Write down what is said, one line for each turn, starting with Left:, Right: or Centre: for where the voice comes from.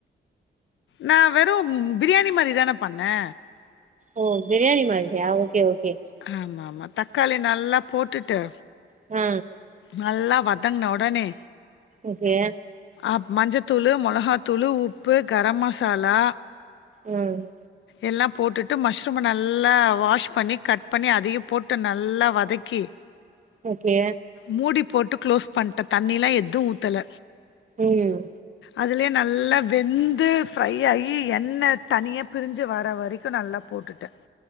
Left: நா வெறும் பிரியாணி மாரிதான பண்ணே
Right: ஓ பிரியாணி மாதிரியா ஓகே ஓகே
Left: ஆமாம்மா தக்காளி நல்லா போட்டுட்டு
Right: அ
Left: நல்லா வதங்ன ஒடனே
Right: ஓகே
Left: ஆப் மஞ்சத்தூளு மொளகாத்தூளு உப்பு கரம் மசாலா
Right: ம்
Left: எல்லா போட்டுட்டு மஷ்ரூம்ம நல்லா வாஷ் பண்ணி கட் பண்ணி அதையு போட்டு நல்லா வதக்கி
Right: ஓகே
Left: மூடி போட்டு க்ளோஸ் பண்ட்டே தண்ணில எது ஊத்தல
Right: ம்
Left: அதுலே நல்லா வெந்து ஃப்ரை ஆயி எண்ண தனியா பிரிஞ்சு வர வரைக்கு நல்லா போட்டுட்ட